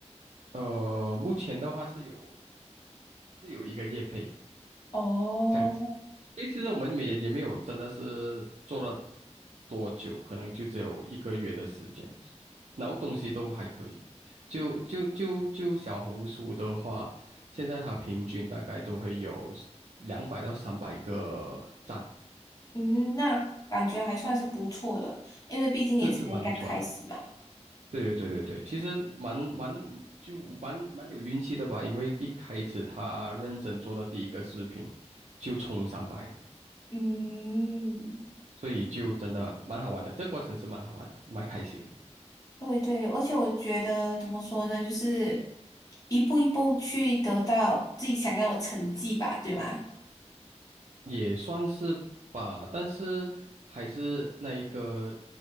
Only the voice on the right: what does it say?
呃，目前的话是有是有一个业配，
这样子。因为其实我们也也没有真的是做了多久，可能就只有一个月的时间，然后东西都还可以。就就就就小红书的话，现在它平均大概都会有两百到三百个赞，
是是蛮不错的。对对对对对，其实蛮蛮就蛮蛮有运气的吧，因为一开始他认真做的第一个视频就冲三百了。
所以就真的蛮好玩的，这个过程是蛮好玩的，蛮开心，
也算是吧。但是还是那一个